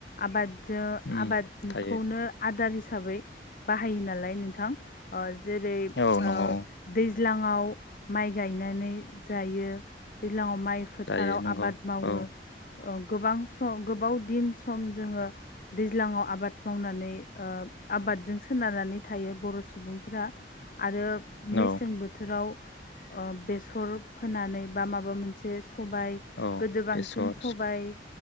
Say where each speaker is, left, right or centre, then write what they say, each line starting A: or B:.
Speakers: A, on the left (about 50°); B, on the left (about 80°).
A: आबादजों
B: उम
A: आबादखौनो
B: थायो
A: आदार हिसाबै बाहायो नालाय नोंथां ओ जेरै
B: औ नंगौ
A: ओ दैज्लाङाव माइ गायनानै जायो दैज्लाङाव माइ फोथाराव
B: जायो नंगौ
A: आबाद मावो
B: औ
A: गोबां सम गोबाव दिन सम जोङो दैज्लाङाव आबाद मावनानै ओ आबादजों सोनारनानै थायो बर' सुबुंफोरा। आरो मेसें
B: औ
A: बोथोर बोथोराव बेसर फोनानै बा माबा मोनसे सबाय
B: औ
A: गोदो बांसिन
B: बेसर
A: सबाय